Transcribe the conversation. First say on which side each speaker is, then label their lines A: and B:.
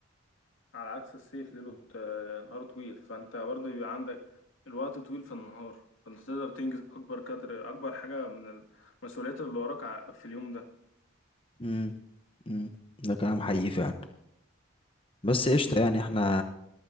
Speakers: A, on the left; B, on the left.
A: على عكس الصيف ليله ت- نهاره طويل فانت برضه بيبقى عندك الوقت طويل في النهار فانت تقدر تنجز اكبر قدر اكبر حاجة من المسؤوليات اللي وراك ع- في اليوم ده
B: امم امم ده كلام حقيقي فعلا بس قشطة
A: مم.
B: يعني احنا